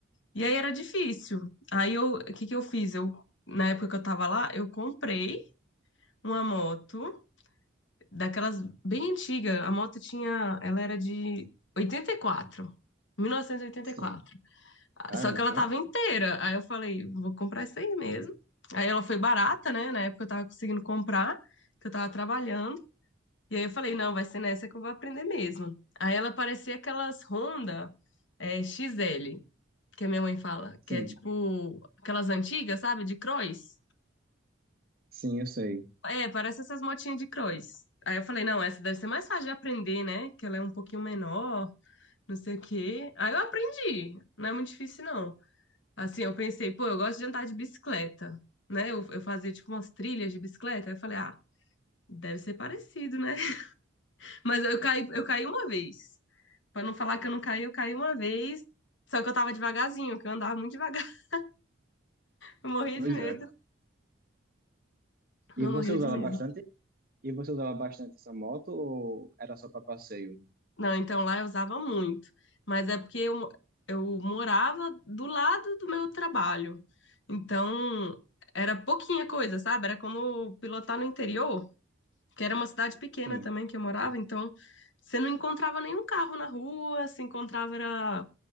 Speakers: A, on the left; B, on the right.
A: E aí era difícil. Aí eu, o que que eu fiz? Eu, na época que eu tava lá, eu comprei uma moto daquelas bem antiga. A moto tinha, ela era de oitenta oitenta e e quatro mil novecentos e oitenta
B: sim.
A: e quatro
B: Caramba.
A: Só que ela tava inteira. Aí eu falei, vou comprar isso aí mesmo. Aí ela foi barata, né? Na época eu tava conseguindo comprar, que eu tava trabalhando. E aí eu falei, não, vai ser nessa que eu vou aprender mesmo. Aí ela parecia aquelas Honda é, XL, que a minha mãe fala,
B: Sim,
A: que é tipo aquelas antigas, sabe? De cross.
B: sim, eu sei.
A: É, parece essas motinhas de cross. Aí eu falei, não, essa deve ser mais fácil de aprender, né? Que ela é um pouquinho menor, não sei o quê. Aí eu aprendi. Não é muito difícil, não. Assim, eu pensei, pô, eu gosto de andar de bicicleta, né? Eu, eu fazia tipo umas trilhas de bicicleta. Aí eu falei, ah, deve ser parecido, né? <laughs> Mas eu caí, eu caí uma vez. Pra não falar que eu não caí, eu caí uma vez. Só que eu tava devagarzinho, que eu andava muito devagar. <laughs> Eu morria
B: Pois
A: de medo.
B: é. E
A: Não,
B: você
A: morria
B: usa
A: de
B: ela
A: medo.
B: bastante? E você usa ela bastante essa moto ou era só para passeio?
A: Não, então lá eu usava muito. Mas é porque eu, mo- eu morava do lado do meu trabalho. Então, era pouquinha coisa, sabe? Era como pilotar no interior. que era uma cidade pequena
B: Sim.
A: também que eu morava, então você não encontrava nenhum carro na rua, se encontrava era,